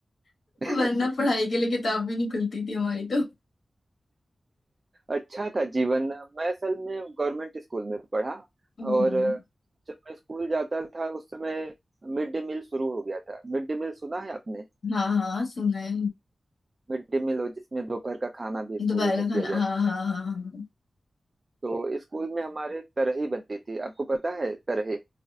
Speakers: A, on the right; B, on the left.
A: <laughs>
B: वरना पढ़ाई के लिए किताब भी नहीं खुलती थी हमारी तो
A: अच्छा था जीवन मैं असल में गवर्नमेंट स्कूल में पढ़ा
B: हम्म,
A: और जब मैं स्कूल जाता था उस समय मिड डे मील शुरू हो गया था मिड डे मील सुना है आपने
B: हाँ हाँ सुना है
A: मिड डे मील हो जिसमें दोपहर का खाना भी स्कूलों
B: दोपहर का
A: में दिया
B: खाना
A: जाता
B: हाँ हाँ हाँ हाँ
A: तो स्कूल में हमारे तरही बनती थी आपको पता है तरही